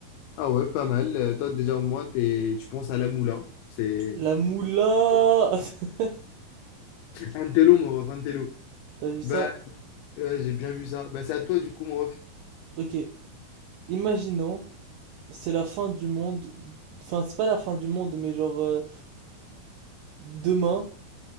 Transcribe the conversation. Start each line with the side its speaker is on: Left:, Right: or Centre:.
Left: Ah ouais, pas mal. Euh, toi, déjà, au moins, t'es, tu penses à la moula. C'est
Right: La moula! <laughs>
Left: un télo, mon ref, un télo.
Right: T'as vu ça?
Left: Bah, euh, j'ai bien vu ça. Bah, c'est à toi, du coup, mon ref.
Right: Ok. Imaginons, c'est la fin du monde. Enfin, c'est pas la fin du monde, mais genre, euh, demain,